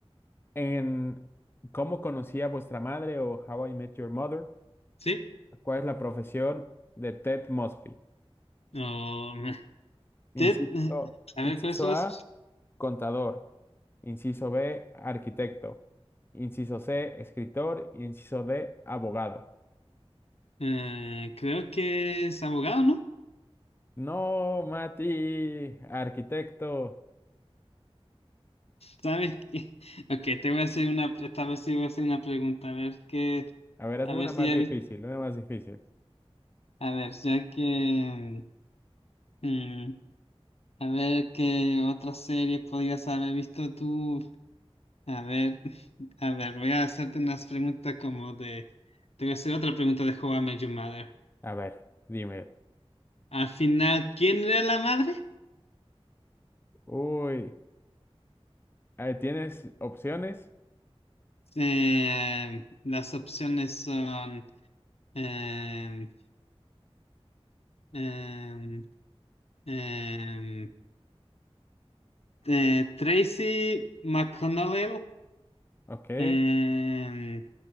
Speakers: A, on the left; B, on the left.
A: en ¿Cómo conocí a vuestra madre o How I Met Your Mother?
B: sí.
A: ¿Cuál es la profesión de Ted Mosby?
B: Oh, me- <laughs>
A: Inciso,
B: te- a
A: inciso
B: ver, ¿cuáles son
A: A,
B: las?
A: contador. Inciso B, arquitecto. Inciso C, escritor. Inciso D, abogado.
B: eh, creo que es abogado, ¿no?
A: No, Mati, arquitecto.
B: ¿Sabes qué? <laughs> Ok, te voy a hacer una, esta vez sí voy a hacer una pregunta, a ver qué,
A: A ver, hazme
B: a ver
A: una
B: si
A: más
B: ya
A: difícil,
B: viste,
A: una más difícil.
B: a ver, ya que, mm, a ver qué otra serie podías haber visto tú, a ver, <laughs> a ver, voy a hacerte unas preguntas como de, te voy a hacer otra pregunta de How I Met Your Mother.
A: A ver, dime.
B: Al final, ¿quién era la madre?
A: Uy, eh, ¿tienes opciones?
B: Eh, las opciones son, em, em, em, eh, Tracy McConnell,
A: Ok.
B: em,